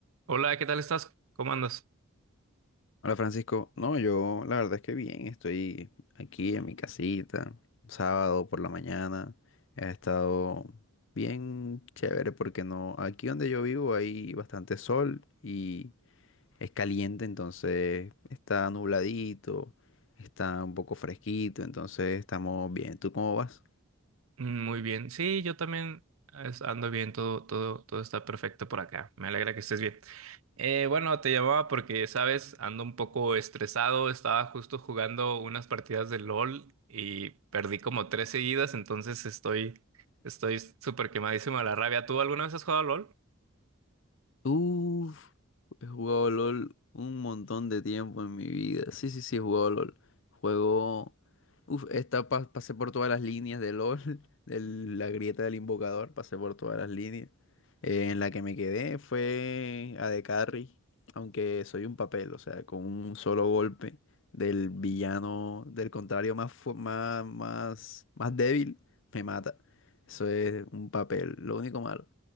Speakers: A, on the right; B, on the left.
A: Hola, ¿qué tal estás? ¿Cómo andas?
B: Hola Francisco, no, yo la verdad es que bien, estoy aquí en mi casita, sábado por la mañana, ha estado bien chévere porque no, aquí donde yo vivo hay bastante sol y es caliente, entonces está nubladito, está un poco fresquito, entonces estamos bien. ¿Tú cómo vas?
A: Mm, Muy bien. Sí, yo también es- ando bien, todo, todo, todo está perfecto por acá. Me alegra que estés bien. Eh, bueno, te llamaba porque, sabes, ando un poco estresado. Estaba justo jugando unas partidas de LOL y perdí como tres seguidas, entonces estoy, estoy súper quemadísimo de la rabia. ¿Tú alguna vez has jugado a LOL?
B: Uf, He jugado LOL un montón de tiempo en mi vida. Sí, sí, sí, he jugado LOL. Juego. Uf, esta pa- pasé por todas las líneas de LOL, <laughs> de la grieta del invocador, pasé por todas las líneas. Eh, en la que me quedé fue a de Carry, aunque soy un papel, o sea, con un solo golpe del villano, del contrario más, fu- más, más, más débil, me mata. Eso es un papel, lo único malo.